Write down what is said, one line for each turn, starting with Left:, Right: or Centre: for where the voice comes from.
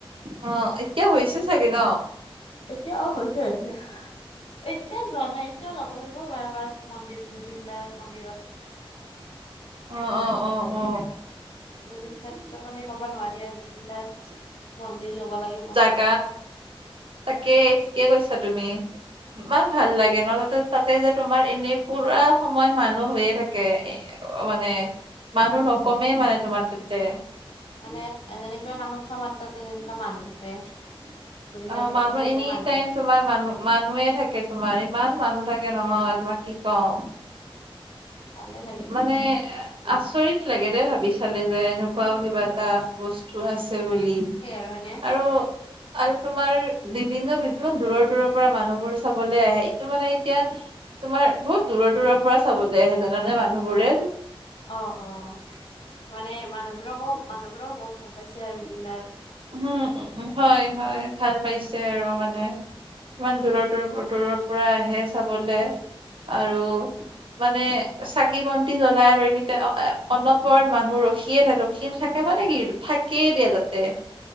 Right: অ এতিয়া হৈছে চাগে ন?
Left: এতিয়া অ হৈছে হৈছে। এতিয়াও যোৱা নাই এতিয়াও যাব লাগিব ৰ'বা এবাৰ মন্দিৰ জুবিন দাৰ মন্দিৰত।
Right: অ-অ-অ-অ
Left: জুবিনক্ষেত্ৰ বুলি ক'ব নোৱাৰি জুবিন দাৰ মন্দিৰ কব লাগিব।
Right: অ তাকেই ঠিকে কৈছা তুমি। ইমান ভাল লাগে ন, তাতে তাতে যে তোমাৰ এনেই পুৰা সময় মানুহ হৈয়ে থাকে। অ মানে মানুহ নকমে মানে তোমাৰ তাতে।
Left: মানে যেনেকৈ কামাখ্যা মাৰ তাতে যেনেকুৱা মানুহ থাকে। জুবিনদাৰ
Right: অ
Left: তাতো
Right: মানুহ
Left: সেনেকে
Right: এনিটাইম
Left: থাকে
Right: তোমাৰ মানুহ মানুহে থাকে তোমাৰ ইমান মানুহ থাকে নহয় তোমাক কি কম।
Left: ভালে লাগে
Right: মানে আচৰিত লাগে দে ভাবি চালে যে এনেকুৱাও
Left: উম
Right: কিবা
Left: উম
Right: এটা ব স্তু আছে বুলি।
Left: নহয়নে?
Right: আৰু আৰু তোমাৰ বিভিন্ন বি কিমান দূৰৰ দূৰৰ পৰা মানুহবোৰ চাবলে আহে ইতো মানে এতিয়া তোমাৰ বহুত দূৰৰ দূৰৰ পৰা চাবলে আহে জানানে মানুহ বোৰে।
Left: অ অ, মানে মানুহবোৰকো মানুহবোৰও বহুত ভাল পাইছে আৰু জুবিন দাৰ
Right: হুম হয় হয়, ভাল পাইছে আৰু মানে। ইমান দূৰৰ দূৰ দূৰৰ পৰা আহে চাবলে আৰু মানে চাকি বন্তি জ্বলাই আৰু এনিটাইম অ অন'পৰত মানুহ ৰ খিয়ে থাকে ৰখি থাকে মানে কি থাকেইে দিয়া তাতে